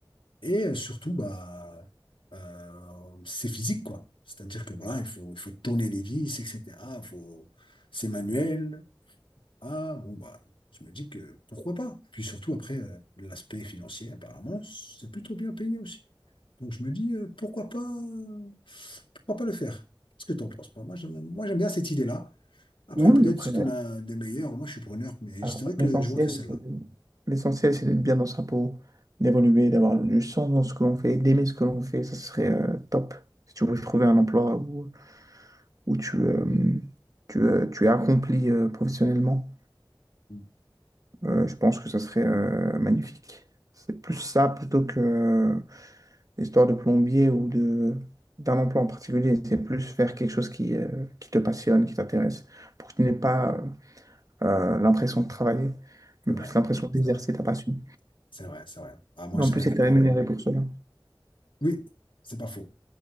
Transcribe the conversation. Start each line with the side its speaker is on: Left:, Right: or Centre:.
Left: Et euh, surtout, bah, euh, c'est physique, quoi. C'est-à-dire que voilà, il faut, il faut tourner les vis, etc. Il faut... C'est manuel. Ah, bon, bah, je me dis que pourquoi pas. Puis surtout, après, euh, l'aspect financier, apparemment, c'est plutôt bien payé aussi. Donc je me dis, euh, pourquoi pas, euh, pourquoi pas le faire? Qu'est-ce que tu en penses? Moi, j'aime, moi, j'aime bien cette idée-là. Après,
Right: Oui,
Left: peut-être
Right: oui, après,
Left: si tu en as des meilleurs, moi, je suis preneur, mais
Right: alors,
Left: c'est vrai que
Right: l'essentiel,
Left: je vois que celle-là.
Right: c'est de- l'essentiel, c'est d'être bien dans sa peau, d'évoluer, d'avoir du sens dans ce que l'on fait, d'aimer ce que l'on fait, ça serait euh, top. Si tu veux trouver un emploi où, où tu, euh, tu, euh, tu es accompli euh, professionnellement,
Left: Mmh,
Right: euh, je pense que ça serait euh, magnifique. C'est plus ça plutôt que euh, l'histoire de plombier ou de, d'un emploi en particulier. C'est plus faire quelque chose qui, euh, qui te passionne, qui t'intéresse, pour que tu n'aies pas euh, l'impression de travailler,
Left: C'est
Right: mais
Left: vrai,
Right: plus l'impression d'exercer
Left: c'est vrai,
Right: ta passion.
Left: c'est vrai, c'est vrai. Ah, moi,
Right: Et En
Left: c'est
Right: plus,
Left: vrai que
Right: être rémunéré
Left: euh,
Right: pour cela.
Left: Oui, c'est pas faux.